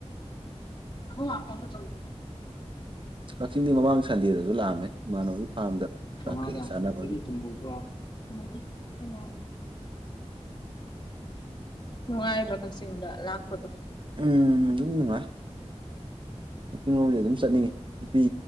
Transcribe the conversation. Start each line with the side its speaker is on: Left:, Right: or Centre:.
Left: ꯍꯂ ꯀꯣꯟ ꯐ ꯆꯂꯦ <inaudible>
Right: ꯀꯛꯆꯤꯡꯗꯤ ꯃꯃꯥꯡ ꯁꯟꯗꯦꯗꯁꯨ ꯂꯥꯛꯑꯃꯦ ꯏꯃꯥꯟꯅꯕꯒꯤ ꯐꯥꯔꯝꯗ ꯆꯥꯛ
Left: ꯃꯃꯥꯗ
Right: ꯀꯩ ꯆꯥꯅꯕꯒꯤ
Left: ꯊꯣꯏꯕꯤ ꯇꯨꯝꯍꯧꯗꯔꯣ ꯇꯨꯝꯍꯧꯗꯦ ꯑꯩꯃꯥ ꯅꯨꯡꯉꯥꯏꯕ꯭ꯔꯥ ꯀꯛꯆꯤꯡꯗ ꯂꯥꯛꯄꯗꯣ
Right: ꯎꯝ ꯗꯨꯝ ꯅꯨꯡꯉꯥꯏ ꯀꯥꯛꯆꯤꯡꯡꯂꯣꯝꯗꯤ ꯑꯗꯨꯝ ꯆꯠꯅꯤꯡꯉꯤ ꯅꯨꯄꯤ